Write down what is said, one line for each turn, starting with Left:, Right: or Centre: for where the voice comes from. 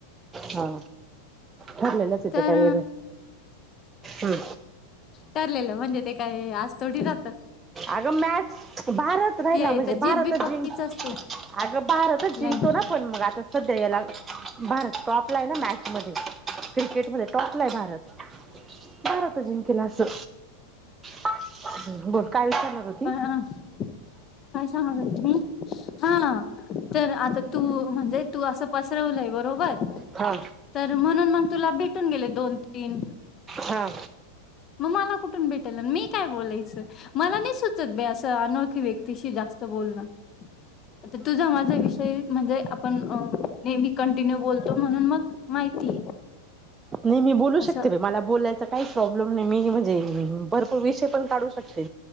Right: हा ठरलेलंच येते
Left: तर
Right: काय वेग हम्.
Left: ठरलेलं म्हणजे ते काही आज थोडी जातं.
Right: अगं मॅच भारत राहिला
Left: आहे
Right: म्हणजे
Left: तर
Right: भारतच
Left: जीत बी पक्कीच
Right: जिंक
Left: असते
Right: अगं बाराातच जिंकतो
Left: नाही
Right: ना पण मग आता सध्या याला भारत टॉपला आहे ना मॅच मध्ये क्रिकेटमध्येध्ये टॉपला आहे भारत भारत जिंकल असं हम् बोल काय विचारणार होती
Left: प <inaudible> काय सांगाुमी हा तर आता तू म्हणजे तू असं पसरवलंय बरोबर
Right: हा
Left: तर म्हणून मग तुला भेटून गेले दोन तीन
Right: हा
Left: मग मला कुठून भेटेल मी काय बोलायचं. मला नाही सुचत मी असं अनोखी व्यक्तीशी जास्त बोलणं तर तूझ माझा विषय म्हणजे आपण नेहमी कंटिन्यू बोलतो म्हणून मग माहिती
Right: नाही मी बोलू
Left: असं
Right: शकते मला बोलायचा काही प्रॉब्लेम नाही मी म्हणजे भरपूर विषय पण काढू शकते.